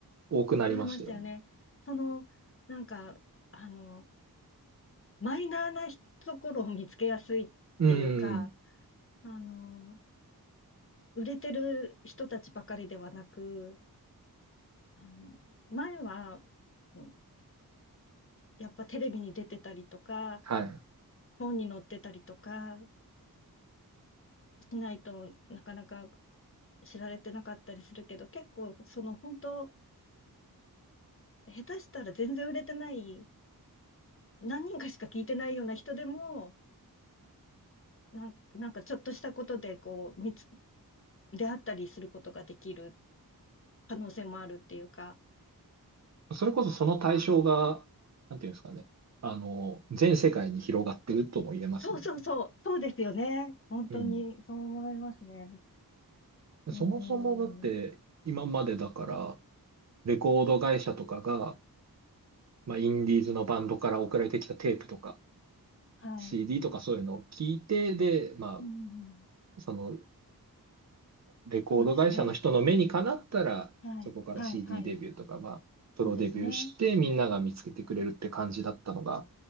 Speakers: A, on the right (about 45°); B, on the left (about 35°).
A: 多くなりましたよね。
B: 増えましたよね。その、なんか、あの、マイナーなところを見つけやすいっていうか、
A: うん。
B: あの、売れてる人たちばかりではなく、あの、前は、うんやっぱテレビに出てたりとか、
A: は
B: 本に載ってたりとかしないとなかなか知られてなかったりするけど、結構、その本当、下手したら全然売れてない、何人かしか聞いてないような人でも、なん、なんかちょっとしたことでこう、見つ、出会ったりすることができる可能性もあるっていうか、
A: い。それこそその対象が、なんていうんですかね。あの、全世界に広がってるとも言えますもんね。
B: そうそうそう、そうですよね。本当に、
A: うん。
B: そう思いますね。うーん、
A: そもそもだって今までだから、レコード会社とかが、まあ、インディーズのバンドから送られてきたテープとか、
B: はい。
A: CD とかそういうのを聞いて、で、ま
B: うん、
A: あ、そのレコード会社の人の目にかなったら、
B: そうですね。はい、
A: そこから
B: はい、
A: CD
B: はい。
A: ディーデビューとか、まあ、プロデビューしてみんなが見つけてくれるって感じだったのが、
B: そうですね。